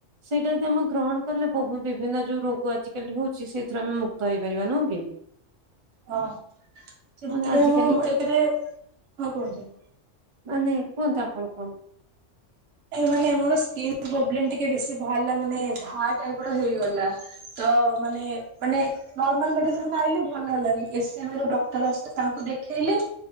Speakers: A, on the right; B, on the right.
A: ସେଇଟା ଯଦି ଆମେ ଗ୍ରହଣ କଲେ ବହୁ ବିଭିନ୍ନ ଯୋଉ ରୋଗ ଆଜିକାଲି ହେଉଛି ସେଇଥିରୁ ଆମେ ମୁକ୍ତ ହେଇ ପାରିବା ନୁହଁ କି
B: ହଁ ସେଥିପାଇଁ
A: ମାନେ ଆଜିକାଲି
B: ମୁଁ ଏକରେ ହଁ କୁହନ୍ତୁ
A: ମାନେ କୁହନ୍ତୁ ଆପଣ କୁହନ୍ତୁ
B: ଏ ମାନେ ମୋର ସ୍କିନ୍ ପୋବ୍ଲେମ୍ ଟିକେ ବେଶି ବାହାରିଲା ମାନେ ଘାଆ ଟାଇପିର ହେଇଗଲା ତ ମାନେ ମାନେ ନର୍ମାଲ୍ ମେଡିସିନି ଖାଇଲେ ଭଲ ହେଲାନି ଏସ୍ ଏମ୍ ରୁ ଡକ୍ଟର ଆସିଲେ ତାଙ୍କୁ ଦେଖେଇଲେ